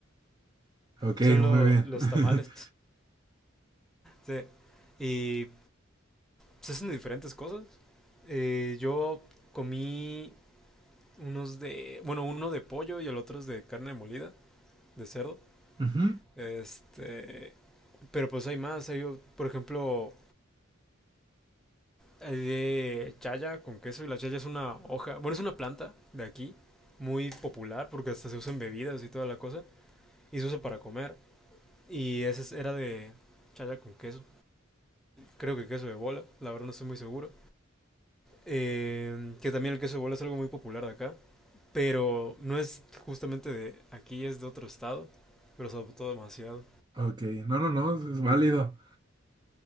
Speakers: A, on the right (about 20°); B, in the centre.
A: Ok,
B: Son
A: muy
B: lo-
A: bien.
B: los
A: <laughs>
B: tamales. Sí. Y se hacen de diferentes cosas. Eh, yo comí unos de, bueno, uno de pollo y el otro es de carne molida, de cerdo.
A: Ujú,
B: Este, pero pues hay más, hay, o- por ejemplo, hay de chaya con queso y la chaya es una hoja, bueno, es una planta de aquí, muy popular porque hasta se usa en bebidas y toda la cosa, y se usa para comer. Y ese es- era de chaya con queso, creo que queso de bola, la verdad no estoy muy seguro. eh, que también el queso de bola es algo muy popular de acá, pero no es justamente de aquí, es de otro estado, pero se adoptó demasiado.
A: Ok, no, no, no, es es válido.